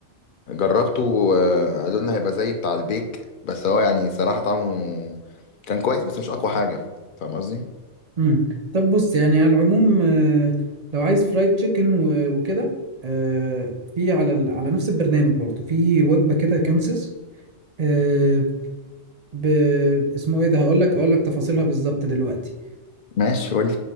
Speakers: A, on the left (about 60°); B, on the right (about 45°).
A: جربته وقالوا لنا هيبقى زي بتاع البيك بس هو يعني صراحه طعمه كان كويس بس مش اقوى حاجه فاهم قصدي
B: مم. طب بص يعني على العموم آه، لو عايز فرايد تشيكن و- وكده آه، في على ال- على نفس البرنامج برضه في وجبة كده كانسز آه، ب... اسمه ايه ده هقول لك اقول لك تفاصيلها بالظبط دلوقتي
A: ماشي قول